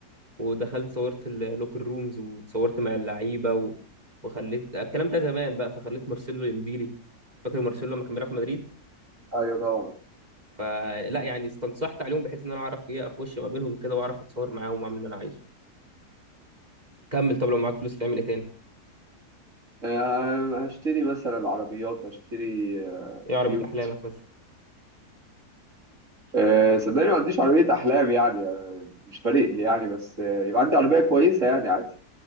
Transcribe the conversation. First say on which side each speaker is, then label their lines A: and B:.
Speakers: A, on the right; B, on the right.
A: ودخلت صورت اللوكر رومز وتصورت مع اللعيبه و... وخليت الكلام ده زمان بقى فخليت مارسيلو يمضي لي فاكر مارسيلو لما كان بيلعب في مدريد
B: أيوه طبعا
A: فلا يعني استنصحت عليهم بحيث ان انا اعرف ايه اخش ما بينهم كده واعرف اتصور معاهم واعمل اللي انا عايزه كمل طب لو معاك فلوس تعمل ايه تاني
B: آه، هشتري مثلا عربيات هشتري آه،
A: ايه عربيه
B: بيوت
A: احلامك مثلا
B: آه، صدقني ما عنديش عربية أحلام يعني آه، مش فارق لي يعني بس آه، يبقى عندي عربية كويسة يعني عادي